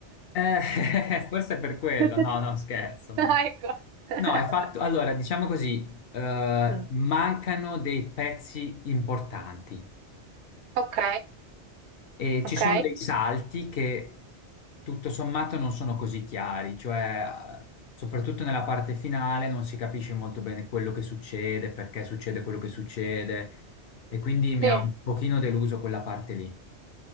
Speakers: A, on the left; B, on the right.
A: Eh, <laughs> forse è per quello,
B: <laughs>
A: no, no, scherzo, no.
B: Ah, Ecco. <laughs>
A: No, è fatto. Allora, diciamo così, eh,
B: Mm.
A: mancano dei pezzi importanti
B: Ok,
A: e
B: ok.
A: ci sono dei salti che tutto sommato non sono così chiari, cioè eh, soprattutto nella parte finale non si capisce molto bene quello che succede, perché succede quello che succede e quindi mi
B: Sì.
A: ha un pochino deluso quella parte lì.